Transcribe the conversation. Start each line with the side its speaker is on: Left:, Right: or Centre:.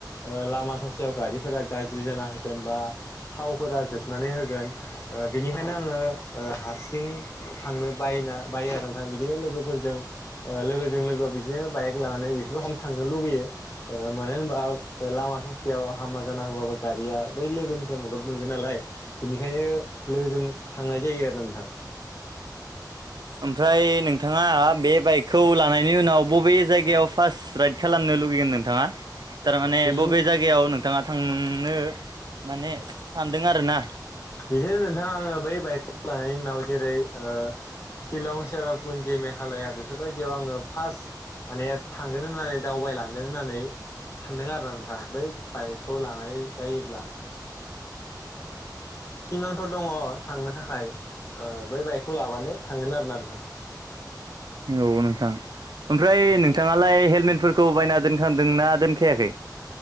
Left: ओ लामा ससेयाव गारिफोरा गाज्रि जाना होगोन बा थावफोरा जोबनानै होगोन ओ बिनिखायनो आङो ओ हारसिं थांनो बायना बायो आरो नोंथां बिदिनो लोगोफोरजों ओ लोगोजों लोगो बिदिनो बाइक लानानै बेफोरखम थांनो लुगैयो ओ मानो होनबा लामा ससेयाव हामा जाना होबाबो गारिया बै लोगोनिफाय मदद मोनगोन नालाय बेनिखायनो लोगोजों थांनाय जायो आरो नोंथां
Right: ओमफ्राय नोंथाङा बेब बाइकखौ लानायनि उनाव बबे जायगायाव फास राइड खालामनो लुुबैगोन नोंथाङा तारमाने
Left: बिदि
Right: बबे जाय गेयाव नोंथाङा थांनो माने सानदों आरो ना
Left: बिदिनो नोंथां आङो बै बाइकखौ लानायनि उनाव जेरै ओ शिलं सेरापुन्जि मेघालया बेफोरबायदियाव आङो फास माने थांगोन होननानै दावबायलांगोन होननानै सानदों आरोना नोंथां बै बाइकखौ लानाय जायोब्ला सिमांथ' दङ' थांनो थाखाय ओ बै बाइकखौ लाबानो थांगोन आरोना नोंथां
Right: औ नोंथां ओमफ्राय नोंथाङालाय हेलमेटफोरखौ बायना दोनखानदोंना दोनखायाखै।